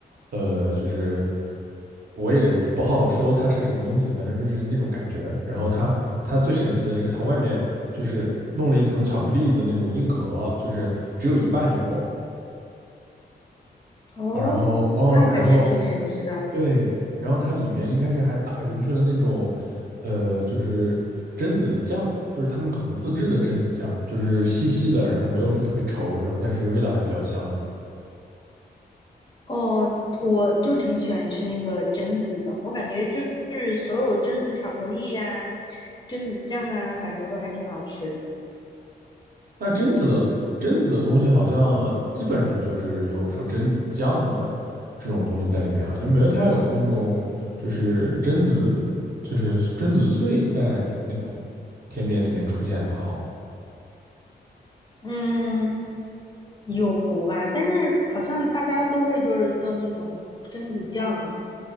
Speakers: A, on the right (about 60°); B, on the left (about 25°).
A: 呃，就是我也不好说它是什么东西，反正就是那种感觉。然后它它最神奇的是，它外面就是弄了一层巧克力的那种硬壳，就是只有一半有。
B: 哦，
A: 然后哦，
B: 那感觉挺神奇的。
A: 然后对，然后它里面应该是还打进去了那种，呃，就是榛子酱，就是他们可能自制的榛子酱，就是稀稀的，然后没有说特别稠，然后但是味道还比较香的。
B: 哦，我就挺喜欢吃那个榛子的，我感觉就是所有榛子巧克力呀、榛子酱啊，感觉都还挺好吃的。
A: 那榛子榛子的东西好像基本上就是有说榛子酱的这种东西在里面啊，就没有太有那种就是榛子就是榛子碎在那种甜点里面出现的哈。
B: 嗯，有吧，但是好像大家都会就是做那种榛子酱